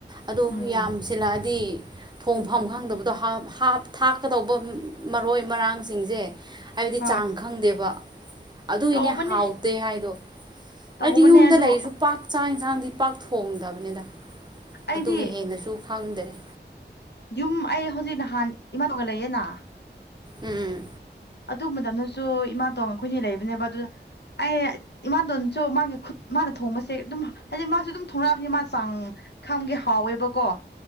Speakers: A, on the right; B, on the left.
A: ꯑꯗꯣ
B: ꯎꯝ
A: ꯃꯤ ꯌꯥꯝꯁꯤꯜꯂꯛꯑꯗꯤ ꯊꯣꯡꯐꯝ ꯈꯪꯗꯕꯗꯣ ꯍꯥ ꯍꯥꯞ ꯊꯥꯛꯀꯗꯧꯕ ꯃꯔꯣꯏ ꯃꯔꯥꯡꯁꯤꯡꯁꯦ ꯍꯥꯏꯕꯗꯤ
B: ꯍꯣꯏ
A: ꯆꯥꯡ ꯈꯪꯗꯦꯕ ꯑꯗꯨꯏꯅꯦ
B: ꯇꯧꯕꯅꯦ
A: ꯍꯥꯎꯇꯦ ꯍꯥꯏꯗꯣ
B: ꯇꯧꯕꯅꯦ
A: ꯑꯩꯗꯤ ꯌꯨꯝꯗ
B: ꯑꯗꯣ
A: ꯂꯩꯔꯁꯨ ꯄꯥꯛ ꯆꯥꯏ ꯍꯦꯟꯁꯥꯡꯗꯤ ꯄꯥꯛ ꯊꯣꯡꯗꯕꯅꯤꯗ
B: ꯑꯩꯗꯤ
A: ꯑꯗꯨꯒ ꯍꯦꯟꯅꯁꯨ ꯈꯪꯗꯔꯤꯦ
B: ꯌꯨꯝ ꯑꯩ ꯍꯧꯖꯤꯛ ꯅꯍꯥꯟ ꯏꯃꯥ ꯇꯣꯡꯒ ꯂꯩꯌꯦꯅ
A: ꯎꯝ
B: ꯑꯇꯨ ꯃꯇꯝꯗꯁꯨ ꯏꯃꯥ ꯇꯣꯡꯒ ꯑꯩꯈꯣꯏꯅꯤ ꯂꯩꯕꯅꯦꯕ ꯑꯗꯨꯗ ꯑꯩ ꯏꯃꯥꯗꯣꯟꯁꯨ ꯃꯥꯒꯤ ꯈꯨꯠ ꯃꯥꯅ ꯊꯣꯡꯕꯁꯦ ꯑꯗꯨꯝ ꯍꯥꯏꯗꯤ ꯃꯥꯁꯨ ꯑꯗꯨꯝ ꯊꯣꯡꯂꯛꯑꯕꯅꯤ ꯃꯥ ꯆꯥꯡ ꯈꯝꯒꯦ ꯍꯥꯎꯋꯦꯕꯀꯣ